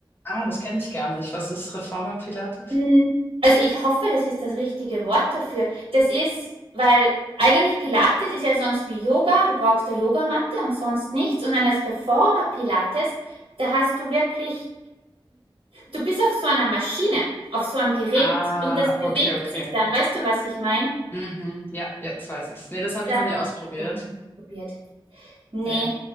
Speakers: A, on the left (about 25°); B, on the right (about 80°).
A: Ah, das kenne ich gar nicht. Was ist Reformer Pilates?
B: Hm, Also ich hoffe, das ist das richtige Wort dafür. Das ist, weil eigentlich Pilates ist ja sonst wie Yoga, du brauchst eine Yogamatte und sonst nichts. Und dann das Reformer Pilates, da hast du wirklich Du bist auf so einer Maschine, auf so einem Gerät
A: Ah,
B: und das bewegt
A: okay, okay.
B: sich dann. Weißt du, was ich meine?
A: Mhm. Ja, jetzt weiß ich's. Nee, das habe
B: Das
A: ich noch nie ausprobiert.
B: doch noch nicht probiert. Nee,
A: Nee.